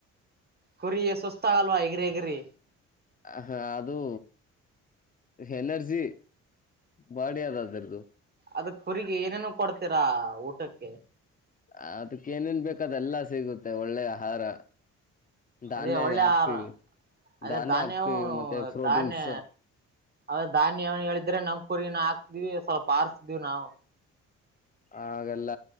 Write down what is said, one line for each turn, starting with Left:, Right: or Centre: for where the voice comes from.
Right: ಕುರಿ ಸುಸ್ತ ಆಗಲ್ವಾ ಹೆಗ್ರಿ ಹೆಗ್ರಿ
Left: ಹ ಅದುೂ ಎನರ್ಜಿ ಬಾಡಿ ಅದದರದುು
Right: ಅದ ಕುರಿಗ ಏನೇನು ಕೊಡ್ತೀರಾ ಊಟಕ್ಕೆ
Left: ಅದಕ್ಕ ಏನೇನ್ ಬೇಕದೆಲ್ಲಾ ಸಿಗುತ್ತೆ ಒಳ್ಳೆ ಆಹಾರ ಧಾನ್ಯ
Right: ಅದೇ ಒಳ್ಳೆ
Left: ಹಾಕ್ತಿವಿ
Right: ಆಹಾರ ಅದೇ
Left: ಧಾನ್ಯ
Right: ಧಾನ್ಯವು
Left: ಹಾಕ್ತಿವಿ ಮತ್ತೆ ಪ್ರೋಟೀನ್ಸ್
Right: ಧಾನ್ಯ ಅವ ಧಾನ್ಯ ಹೇಳ ಇದ್ರೆ ನಮ್ಕರಿನ ಹಾಕ್ತೀವಿ ಸ್ವಲ್ಪ ಆರ್ರಿಸ್ದೀವಿ ನಾವು
Left: ಹಾಗಲ್ಲ